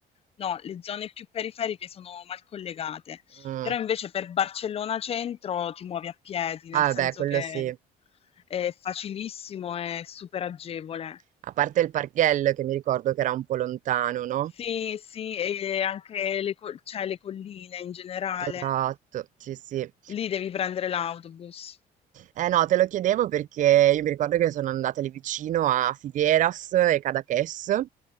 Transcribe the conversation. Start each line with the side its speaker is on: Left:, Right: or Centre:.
Left: no, le zone più periferiche sono mal collegate.
Right: Mm.
Left: Però invece per Barcellona centro ti muovi a piedi, nel
Right: Ah
Left: senso
Right: beh, quello
Left: che
Right: sì.
Left: è facilissimo e super agevole.
Right: A parte il Parghello, che mi ricordo che era un po' lontano, no?
Left: Sì, sì, e anche le, col- cioè, le colline in generale.
Right: Esatto, sì, sì.
Left: Lì devi prendere l'autobus.
Right: Eh no, te lo chiedevo perché io mi ricordo che sono andata lì vicino a Figueras e Cadaqués,